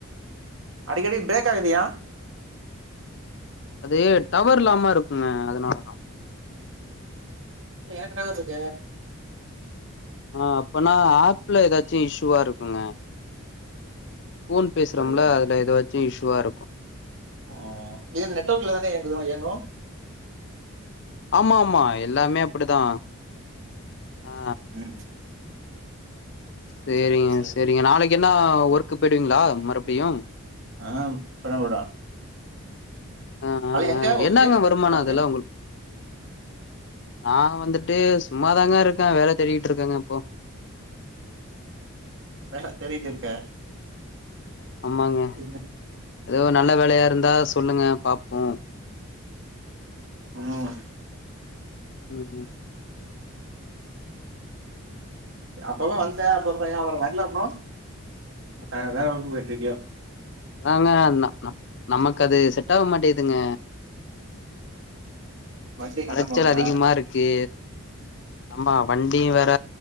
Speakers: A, on the right; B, on the left.
A: அடிக்கடி பிரேக் ஆகுது ஏ
B: அது டவர் இல்லாம இருக்குங்க அதனாலதா
A: இல்ல எனக்கு டவர் இருக்கே
B: ஆ அப்பனா ஆப்ல எதாச்சி இஷ்யுவா இருக்குங்க ஃபோன் பேசுறம்ல
A: அப்டியா
B: அதுல எதுவாச்சி இஷ்யுவா இருக்கு
A: ம் இது நெட்வொர்க்ல தான இயங்குது இயங்கு
B: ஆமாமா எல்லாமே அப்படிதா ஆ
A: ம்
B: சேரிங்க
A: சரி சரி
B: செரிங்க
A: சரி
B: நாளைக்கு என்னா வொர்க்கு போயிடுவிங்களா மறுபடியும்
A: ஆ போடுவ போடுவ
B: ஆ ஆ
A: எங்க
B: ஆ
A: ஒர்க்கு
B: என்னங்க வருமான
A: உனக்கு
B: அதுல உங்களு நானு வந்துட்டு சும்மாதாங்க இருக்கே வேல தேடிட்டு இருக்கங்க இப்போ
A: வேல தேடிட்டு இருக்க
B: ஆமாங்க
A: இந்த-
B: எதோ நல்ல வேலையா இருந்தா சொல்லுங்க பாப்போ
A: ம்
B: ம் ம்
A: அப்பலா வன்டே அப்றோ ஏ வர்ல ப்ரோ அப்புற வேற வேலைக்கு போயட்டுருக்கிய
B: அதாங்க ந ந நமக்கு அது செட் ஆக மாட்டேதுங்க
A: வண்டி கண்ட
B: அலைச்சல்
A: போகுதா
B: அதிகமா இருக் கு ஆமா வண்டியூ வேற